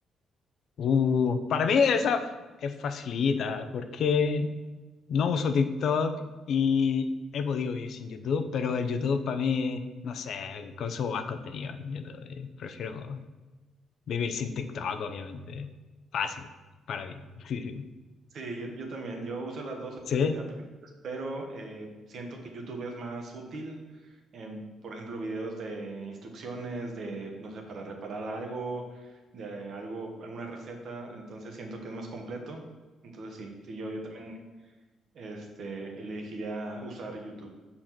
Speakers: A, on the left; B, on the right.
A: Uh, para mí esa f- es facilita, porque no uso TikTok y he podido vivir sin YouTube, pero el YouTube para mí, no sé, consumo más contenido en YouTube. eh, Prefiero vivir sin TikTok, obviamente. Fácil, para mí. <laughs> ¿Sí?
B: Sí, yo, yo también, yo uso las dos
A: ¿Sí?
B: este, aplicaciones, pero eh, siento que YouTube es más útil en, por ejemplo, videos de instrucciones, de, no sé, para reparar algo, de algo, alguna receta, entonces siento que es más completo. Entonces sí, sí, yo, yo también este, elegiría usar YouTube.